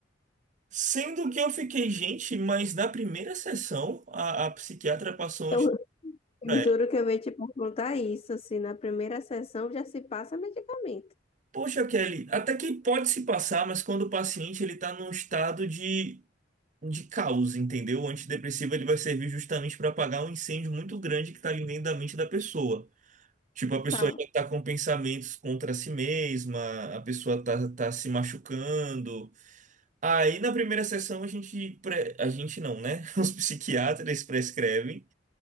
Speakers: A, on the right; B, on the left.
A: Sendo que eu fiquei, gente, mas na primeira sessão a, a psiquiatra passou
B: Eu,
A: um estudo
B: eu
A: pra ela.
B: juro que eu ia te perguntar isso, se na primeira sessão já se passa medicamento.
A: Poxa, Kelly, até que pode se passar, mas quando o paciente ele tá num estado de, de caos, entendeu? O antidepressivo ele vai servir justamente para apagar um incêndio muito grande que tá ali dentro da mente da pessoa. Tipo, a pessoa
B: Tá.
A: já tá com pensamentos contra si mesma, a pessoa tá, tá se machucando. Aí na primeira sessão a gente, pre- a gente não, né? <laughs> Os psiquiatras prescrevem.